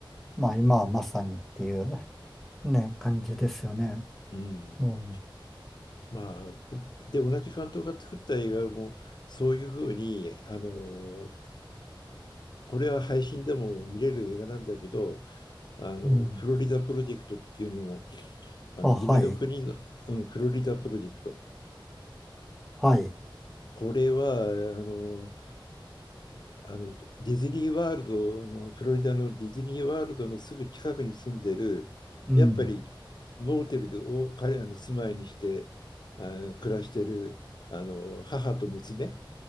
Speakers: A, in the centre; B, on the left (about 55°).
A: う、まあ今はまさにっていう <laughs> ね、感じですよね。
B: うん。
A: もう、
B: まあ、で、同じ監督が作った映画も、そういうふうに、あの、これは配信でも見れる映画なんだけど、あの、
A: うん。
B: フロリダプロジェクトっていうのも、あの夢の国の、
A: あ、はい、
B: うん、フロリダプロジェクト。
A: はい。
B: これはあのあのディズニーワールド、まあフロリダのディズニーワールドのすぐ近くに住んでる、
A: うん、
B: やっぱりモーテルを彼らの住まいにしてあ暮らしてるあの母と娘